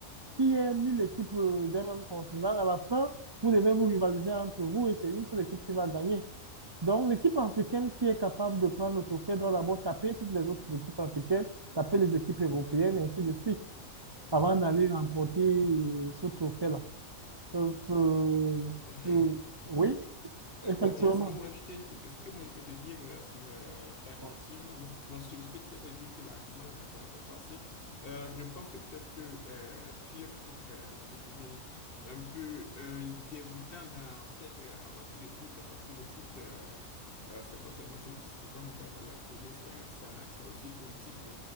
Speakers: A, on the right; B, on the left.
A: qui est mille équipes euh, d'un même continent, à la fin, vous devez vous rivaliser entre vous et c'est une seule équipe qui va gagner. Donc, l'équipe africaine qui est capable de prendre le trophée doit d'abord taper toutes les autres équipes africaines, taper les équipes européennes, et ainsi de suite, avant d'aller remporter euh, ce trophée-là. Euh, euh,
B: <laughs>
A: euh, oui,
B: Euh,
A: effectivement.
B: bon, moi, ce que moi, je te dis, ce que moi, je peux te dire euh, sur euh, ta question,
A: Oui,
B: bon, moi, sur ce que tu viens de dire, que l'argument là, n'a pas encore passé, euh, je pense que peut-être que euh, tu es peut-être, euh, je dirais, un peu un débutant dans, peut-être, euh, en matière de foot, parce que le foot, euh, euh, c'est pas seulement ce, ce qu'on regarde à la télé, c'est un- c'est un- c'est aussi politique.